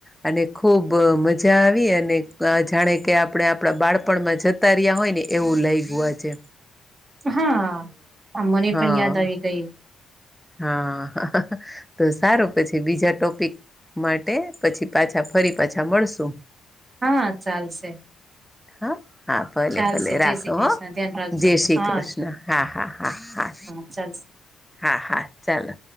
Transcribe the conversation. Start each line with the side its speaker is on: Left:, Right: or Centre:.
Centre: અને ખુબ મજા મજા આવી અને જાણે કે આપણે આપણા બાળપણમાં જતા રહ્યા હોય ને એવું લઈ ગયું આ છે.
Right: હા આ મને
Centre: હા
Right: પણ યાદ આવી ગયું
Centre: હા તો સારું પછી બીજા ટોપિક માટે પછી પાછા ફરી પાછા મળશુ
Right: હા ચાલશે
Centre: હા હા ભલે
Right: ચાલશે
Centre: ભલે રાખો
Right: જય શ્રી કૃષ્ણ
Centre: હો
Right: ધ્યાન રાખજો
Centre: જય શ્રી
Right: હા
Centre: કૃષ્ણ હા હા હા હા.
Right: ચાન્સ
Centre: હા હા ચાલો